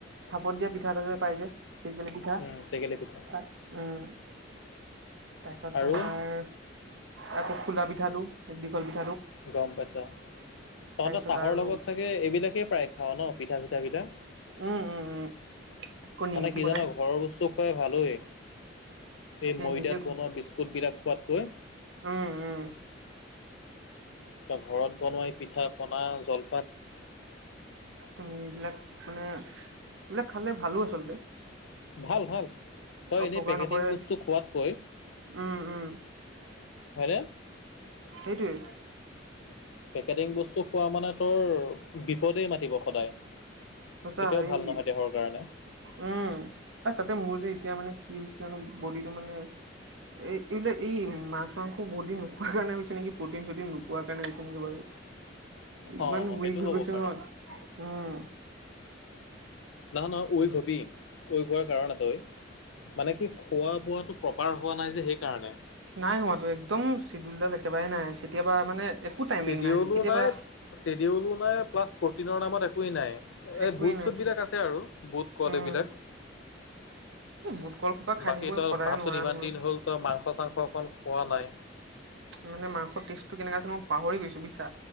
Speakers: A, on the right; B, on the left.
A: ভাপত দিয়া পিঠা পাই যে টেকেলি পিঠা
B: উম, টেকেলি পিঠা।
A: উম তাৰপিছত
B: আৰু
A: তোমাৰ আকৌ খুলা পিঠাটো দীঘল পিঠা
B: গম পাইছ তহঁতৰ
A: তাৰপিছত
B: চাহৰ
A: আৰু
B: লগত চাগে এইবিলাকে প্ৰায় খাঅ ন পিঠা চিঠা বিলাক
A: উম উম উম আকৌ নিমকি
B: মানে কি
A: বনাই
B: জান ঘৰৰ বস্তু খুৱাই ভালেঔ
A: তাকে
B: এই ময়দাত
A: নিজে
B: বনোৱা বিস্কুটবিলাক খোৱাতকৈ
A: উম উম
B: তি ঘৰত বনোৱাই পিঠা পনা জল
A: তুমি এইবিলাক মানে এইবিলাক খালে ভালো আচলতে
B: ভাল ভাল তই
A: অপকাৰ
B: এনেই পেকেটিং
A: নকৰে
B: বস্তু খোৱাতকৈ
A: উম উম
B: হয়নে
A: সেইটোৱে
B: পেকেটিং বস্তু খোৱা মানে তোৰ বিপদেই মাতিব সদায়
A: সঁচা
B: কেতিয়াও
A: এই
B: ভাল নহয় দেহৰ কাৰণে
A: উম তাতে মোৰ যে এতিয়া মানে ই জানো বডিটো মানে এ এইবিলাক এই মাছ মাংস বহুত দিন কাৰণে হৈছে নেকি প্ৰটিন চটিন নোপোৱাৰ কাৰণে হৈছে নেকি বাৰু
B: অ
A: ইমান
B: সেইটো
A: উইক হৈ
B: হ'ব
A: গৈছো অ
B: পাৰে
A: উম
B: নহয় নহয় উইক হবি ঐ উইক হোৱাতো কাৰণ আছে ঐ মানে কি খোৱা বোৱাটো প্ৰপাৰ হোৱা নাই যে সেইকাৰণে
A: নাই হোৱাতটো একদম চিদুলডাল একেবাৰে নাই কেতিয়াবা মানে একো টাইমিং
B: চেডিঅলো
A: কেতিয়াবা
B: নাই চেডিঅলো নাই প্লাছ প্ৰটিনৰ নামত একোৱেই নাই
A: একোৱেই
B: এই বু
A: নাই
B: চুত বিলাক আছে আৰু, বুত কুৱালি
A: উম
B: বিলাক
A: এই বুট কল সোপা খাই
B: বাকী
A: থাকিব
B: তই
A: সদায়
B: ভাবচোন
A: নোৱাৰা
B: ইমান
A: নহয়।
B: দিন হ'ল তই মাংস চাংস অকন খোৱা নাই
A: মানে মাংস টেষ্টটো কেনেকুৱা আছিল মি পাহৰি গৈছো বুইছা